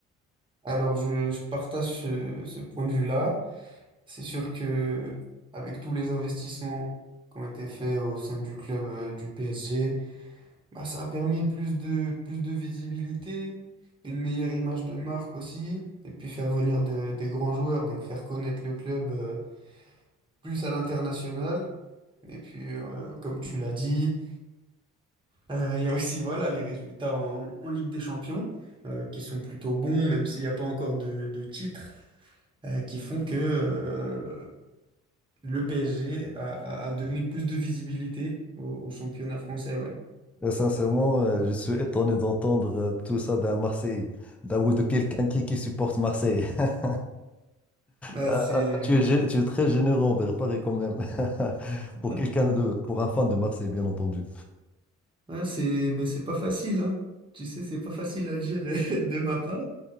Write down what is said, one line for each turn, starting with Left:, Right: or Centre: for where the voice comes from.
Right: Alors, je, je partage ce, ce point de vue-là. C'est sûr que avec tous les investissements qui ont été faits au sein du club euh, du PSG, bah, ça a permis plus de, plus de visibilité, une meilleure image de marque aussi, et puis faire venir de- des grands joueurs, donc faire connaître le club euh, plus à l'international. Et puis, euh, comme tu l'as dit, euh, il y a aussi voilà, les résultats en, en Ligue des Champions, euh, qui sont plutôt bons, même s'il n'y a pas encore de, de titre. euh, qui font que euh, le PSG a, a- a donné plus de visibilité au, au championnat français, ouais.
Centre: Euh, Sincèrement, euh, je suis étonné d'entendre euh, tout ça d'un Marseillais, d'un ou de quelqu'un qui, qui supporte Marseille. <laughs>
Right: Bah,
Centre: Ah,
Right: c'est
Centre: ah, ah, tu es, gé- tu es très généreux envers Paris quand même. <laughs> Pour
Right: ouais.
Centre: quelqu'un de, pour un fan de Marseille, bien entendu.
Right: Ouais, c'est ben, c'est pas facile, hein. Tu sais, c'est pas facile à dire <laughs> de ma part.